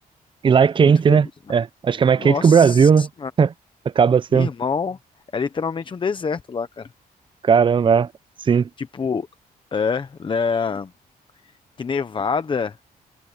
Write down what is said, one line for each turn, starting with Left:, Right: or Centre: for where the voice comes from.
Right: E lá é quente,
Left: muito feliz,
Right: né?
Left: né?
Right: É, acho que é mais
Left: Nossa,
Right: quente que o Brasil, né? <laughs> Acaba sendo.
Left: irmão, é literalmente um deserto lá, cara.
Right: Caramba, é. Sim,
Left: Tipo, é, né? Que Nevada.